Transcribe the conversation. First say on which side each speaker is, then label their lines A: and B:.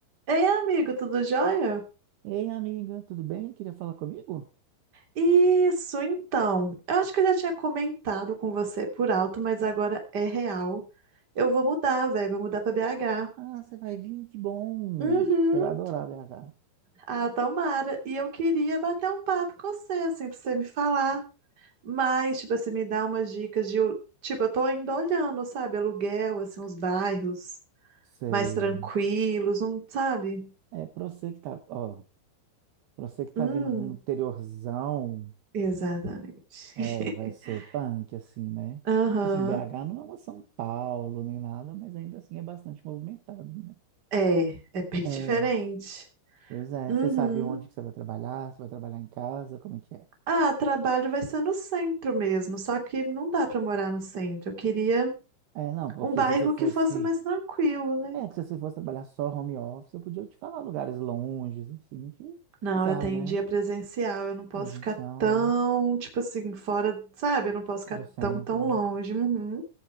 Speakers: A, on the right; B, on the right.
A: Ei, amigo, tudo jóia?
B: Ei, amiga, tudo bem? Queria falar comigo?
A: Isso, então. Eu acho que eu já tinha comentado com você por alto, mas agora é real. Eu vou mudar, velho, vou mudar pra BH.
B: Ah, você vai vir, que bom.
A: Uhum.
B: Você vai adorar BH.
A: Ah, tomara. E eu queria bater um papo com você, assim, pra você me falar. Mas, tipo, você me dá umas dicas de. Tipo, eu tô ainda olhando, sabe? Aluguel, assim, uns bairros
B: Sei.
A: mais tranquilos, um, sabe?
B: É, pra você que tá, ó, pra você que tá
A: Hum,
B: vindo de um interiorzão,
A: exatamente.
B: é, vai ser
A: <laughs>
B: punk, assim, né?
A: Aham.
B: Assim, BH não é uma São Paulo nem nada, mas ainda assim é bastante movimentado, né?
A: É, é bem <laughs> diferente.
B: É, pois é.
A: Uhum.
B: Você sabe onde que você vai trabalhar? Você vai trabalhar em casa? Como é que é?
A: Ah, trabalho vai ser no centro mesmo, só que não dá para morar no centro. Eu queria
B: É, não, porque
A: um bairro
B: se você fosse
A: que fosse mais tranquilo, né?
B: É, que se você fosse trabalhar só home office, eu podia te falar lugares longes, assim, que
A: Não,
B: usar,
A: eu tenho
B: né?
A: dia presencial, eu não posso
B: Presencial,
A: ficar tão,
B: né?
A: tipo assim, fora, sabe? Eu não posso ficar
B: Do centro,
A: tão, tão
B: né?
A: longe. Uhum.